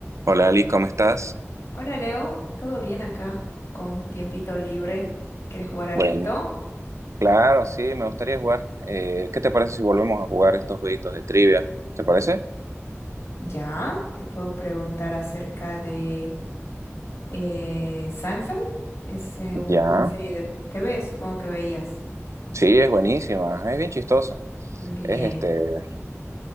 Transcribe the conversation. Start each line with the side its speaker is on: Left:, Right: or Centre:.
Right: Hola Ali, ¿cómo estás?
Left: Hola Leo, ¿todo bien acá? Con tiempito libre, ¿quieres jugar alito?
Right: Bueno, Claro, sí, me gustaría jugar. Eh, ¿qué te parece si volvemos a jugar estos jueguitos de trivia? ¿Te parece?
Left: Ya, te puedo preguntar acerca de eh, Seinfeld. Es eh, una
Right: Ya.
Left: serie de TV, supongo que veías.
Right: Sí, es buenísima, es bien chistosa.
Left: Bien,
Right: Es este,